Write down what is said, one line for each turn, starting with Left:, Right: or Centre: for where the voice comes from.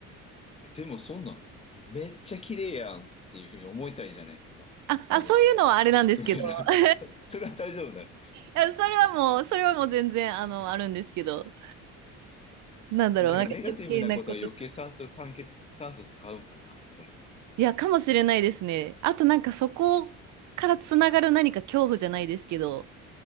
Left: え、でもそんな、めっちゃ綺麗やんっていうふうに思いたいじゃないですか。
Right: あ、
Left: あの、
Right: あ、そういうのはあれなんですけど、
Left: <laughs> なんか、
Right: あ
Left: それは大丈夫だよ。
Right: それはもう、それはもう全然、あの、あるんですけど、なんだろう、
Left: だからネガティブなことは余計酸素、
Right: なんか余計なことと。
Left: 酸欠、酸素使うんかな、やっぱり。
Right: いや、かもしれないですね。あとなんかそこからつながる何か恐怖じゃないですけど、